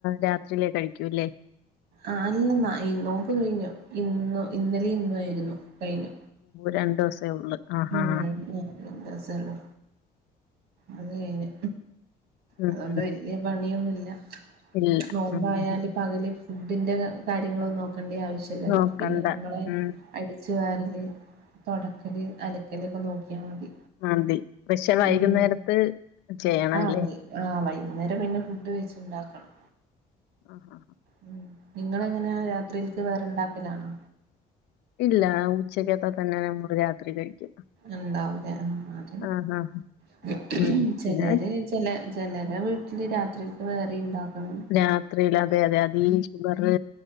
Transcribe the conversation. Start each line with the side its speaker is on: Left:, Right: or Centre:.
Left: രാത്രിയിലേ കഴികൂല്ലേ
Right: ആ അല്ലെന്നാ നോബ് കഴിഞ്ഞു ഇന്ന് ഇന്നലെ ഇന്നും ആയിരുന്നു കഴിഞ്ഞു
Left: രണ്ടു ദിവസേ ഉള്ളു ആഹ്
Right: <unintelligible> രണ്ട്സെ
Left: ആഹ്
Right: ഉള്ളു അത് കഴിഞ്ഞു
Left: ഉം
Right: അതുകൊണ്ട്
Left: ഉം.
Right: വലിയ പണിയൊന്നുമില്ല
Left: ഇല്ല
Right: നോമ്പായാലും
Left: ഉം ഉം, ഉം.
Right: പകല് ഫുഡിൻന്റെ കാര്യങ്ങളന്നും നോക്കേണ്ടി ആവശ്യല്ലല്ലോ
Left: നോക്കണ്ട
Right: പിന്നെ നമ്മളെ
Left: ഉം
Right: അ അടിച്ചുവാരല് തുടക്കല് അലക്കല് ഒക്കെ നോക്കിയാൽ മതി
Left: മതി പക്ഷെ വൈകുന്നേരത്ത്
Right: ഉം
Left: ചെയ്യണംല്ലേ
Right: ആ വൈ ആ വൈകുന്നേരം പിന്നെ ഫുഡ് വെച്ച്ണ്ടാക്കണം
Left: ആഹ് ആ ആ
Right: ഉ നിങ്ങള എങ്ങനെ രാത്രിക്ക് വേറെ ഉണ്ടാക്കലാണോ
Left: ഇല്ല ഉച്ചക്കത്ത് തന്നെ നമ്മള് രാത്രി കഴിക്കും
Right: ഉണ്ടാവില്ല
Left: ആഹ് ആഹ്
Right: <unintelligible>
Left: ഉം
Right: ചെലര്
Left: പിന്നെ
Right: ചിലരെ വീട്ടില് രാത്രിക്ക് വേറെ ഉണ്ടാക്കണം
Left: രാത്രിൽ അതെ അതെ അതെ അ ഷുഗറ്